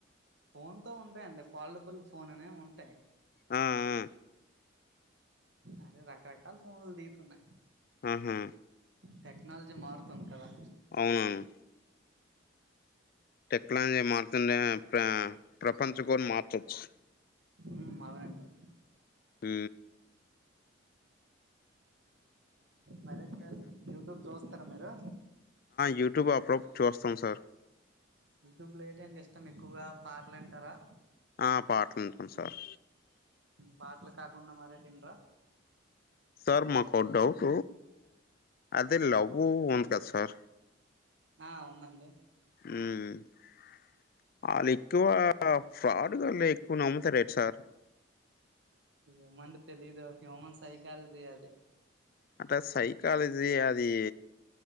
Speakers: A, on the right; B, on the left.
A: ఫోన్తో ఉంటాయి అండి ఫాల్టబుల్ ఫోన్ అనేవి ఉంటాయి
B: ఆ ఆ
A: అరే రకరకాల ఫోన్లు దిగుతున్నాయి
B: ఆహా
A: టెక్నాలజీ మారుతుంది కదా
B: అవునవును టెక్నాలజీ మారుతుండే ప్ర ప్రపంచ కూడా మార్చచ్చు
A: ఉమ్ బానే ఉన్నాడు
B: హ
A: మరీ సార్ యూట్యూబ్ చూస్తారా మీరు
B: యూట్యూబ్ అప్పుడప్పుడు చూస్తాం సార్
A: యూట్యూబ్ లో ఏటండి ఇష్టం ఎక్కువగా పాటలు వింటారా
B: ఆ పాటలు వింటాం సార్
A: పాటలు కాకుండా మరేమీ వినరా
B: సార్ మాకు ఒక డౌట్ అదే లవ్ ఉంది కదా సార్
A: ఆ ఉందండి
B: ఉమ్ వాళ్ళు ఎక్కువ ఫ్రాడ్గాల్ళ ఎక్కువ నమ్ముతారేంటి సార్
A: ఏమో అండి తెలిదు హ్యూమన్ సైకాలజి అది
B: అంటే సైకాలజీ అది